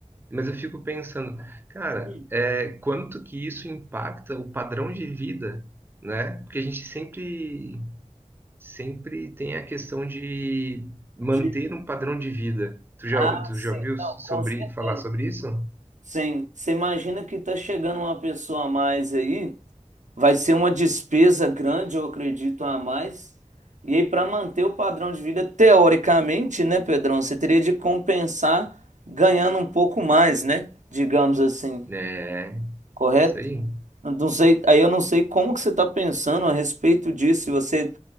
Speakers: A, on the right (about 15°); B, on the right (about 80°).
A: Mas eu fico pensando, cara,
B: <laughs>
A: é, quanto que isso impacta o padrão de vida, né? Porque a gente sempre, sempre tem a questão de manter
B: De...
A: um padrão de vida. Tu já,
B: Ah,
A: tu
B: sim,
A: já ouviu
B: não,
A: sobre,
B: com certeza.
A: falar sobre isso?
B: Sim, você imagina que tá chegando uma pessoa a mais aí. Vai ser uma despesa grande, eu acredito, a mais. E aí, para manter o padrão de vida, teoricamente, né, Pedrão? Você teria de compensar ganhando um pouco mais, né? Digamos assim,
A: É,
B: correto?
A: isso aí.
B: Não sei, aí eu não sei como que você está pensando a respeito disso, se você